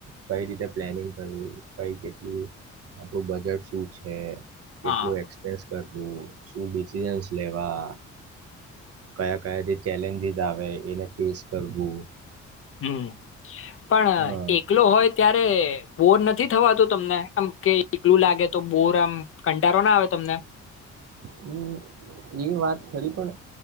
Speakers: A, on the right (about 50°); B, on the left (about 45°).
A: કઈ રીતે પ્લેનિંગ કરવું, કઈ કેટલું, આપણું બજેટ શું છે. કેટલું
B: હા
A: એક્સપેસ તતું ડિસિઝન્સ લેવા કયાં કયાં જે ચેલેન્જીસ જ આવે એને ફેસ કરવું.
B: હમ. પણ
A: હા
B: એકલો હોય ત્યારે બો નત ની થવાતું તમને એમ કે એકલું લાગે તો બોર તમ કંટારો નાં આવે તમને?
A: હમ એ વાત ખરી પણ,